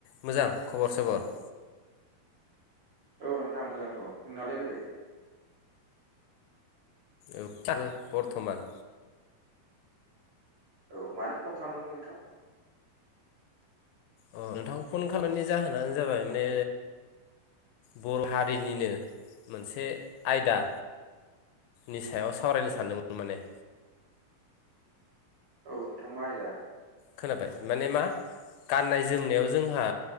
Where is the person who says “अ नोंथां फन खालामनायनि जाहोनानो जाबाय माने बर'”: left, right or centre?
Left